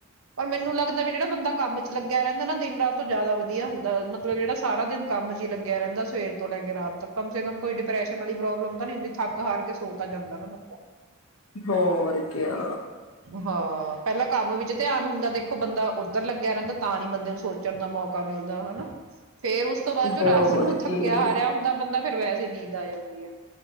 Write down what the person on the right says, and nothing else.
ਪਰ ਮੈਨੂੰ ਲੱਗਦਾ ਵੀ ਜਿਹੜਾ ਬੰਦਾ ਕੰਮ ਚ ਲੱਗਿਆ ਰਹਿੰਦਾ ਨਾ ਦਿਨ ਰਾਤ ਤੋਂ ਜ਼ਿਆਦਾ ਵਧੀਆ ਹੁੰਦਾ ਮਤਲਬ ਜਿਹੜਾ ਸਾਰਾ ਦਿਨ ਕੰਮ ਚ ਹੀ ਲੱਗਿਆ ਰਹਿੰਦਾ ਸਵੇਰ ਤੋਂ ਲੈ ਕੇ ਰਾਤ ਤੱਕ ਕਮ ਸੇ ਕਮ ਕੋਈ ਡਿਪਰੈਸ਼ਨ ਵਾਲੀ ਪ੍ਰੋਬਲਮ ਤਾਂ ਨੀ ਹੁੰਦੀ ਥੱਕ ਹਾਰ ਕੇ ਸੋ ਤਾਂ ਜਾਂਦਾ ਲੈਣਾ ਮੱਗਾ
ਹਾਂ ਪਹਿਲਾਂ ਕੰਮ ਵਿੱਚ ਧਿਆਨ ਹੁੰਦਾ ਦੇਖੋ ਬੰਦਾ ਉੱਧਰ ਲੱਗਿਆ ਰਹਿੰਦਾ ਤਾਂ ਨੀ ਬੰਦੇ ਨੂੰ ਸੋਚਣ ਦਾ ਮੌਕਾ ਮਿਲਦਾ ਹੈਨਾ ਫੇਰ ਉਸ ਤੋਂ ਬਾਅਦ ਚੋਂ
ਰਾਤ ਨੂੰ ਥੱਕਿਆ
ਹਾਰਿਹਾ ਹੁੰਦਾ ਬੰਦਾ ਫ ਵੈਸੇ ਹੀ ਨੀਂਦ ਆ ਜਾਂਦੀ ਹੈ